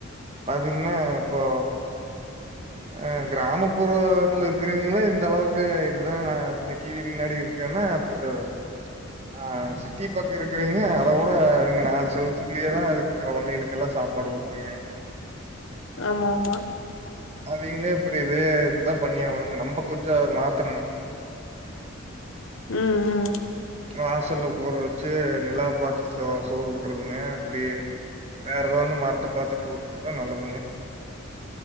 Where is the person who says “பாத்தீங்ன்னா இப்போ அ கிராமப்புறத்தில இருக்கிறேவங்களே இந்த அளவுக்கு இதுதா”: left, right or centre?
Right